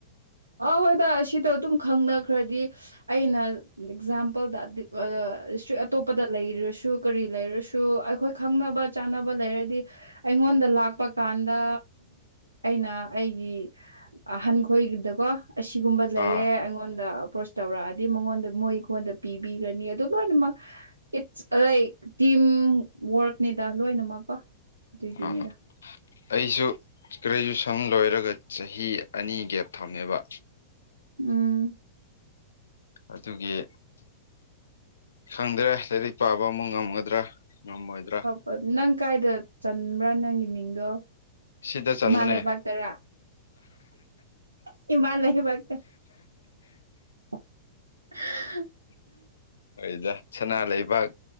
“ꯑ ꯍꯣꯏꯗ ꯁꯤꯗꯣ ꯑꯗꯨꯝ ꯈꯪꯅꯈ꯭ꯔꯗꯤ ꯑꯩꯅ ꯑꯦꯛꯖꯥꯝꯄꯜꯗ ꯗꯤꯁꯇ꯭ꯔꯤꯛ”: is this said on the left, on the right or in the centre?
Right